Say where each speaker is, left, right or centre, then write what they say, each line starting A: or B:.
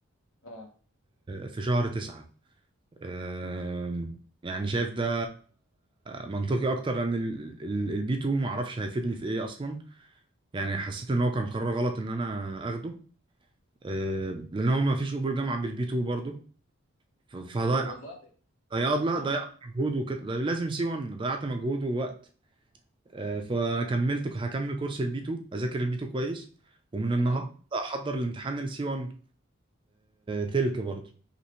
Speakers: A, on the left; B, on the right.
A: اه
B: في شهر تسعة آم، يعني شايف ده منطقي اكتر لان البي 2 ما اعرفش هيفيدني في ايه اصلا يعني حسيت ان هو كان قرار غلط ان انا اخده آه، لان هو ما فيش قبول جامعه بالبي 2 برضو ف- فضيع
A: ت- والله
B: ضيعت لا
A: امال
B: ضيعت مجهود وكده ده لازم سي 1 ضيعت مجهود ووقت آه، فكملت هكمل كورس البي 2 اذاكر البي 2 كويس ومن النهارده
A: تمام
B: احضر الامتحان السي 1 تلك برضو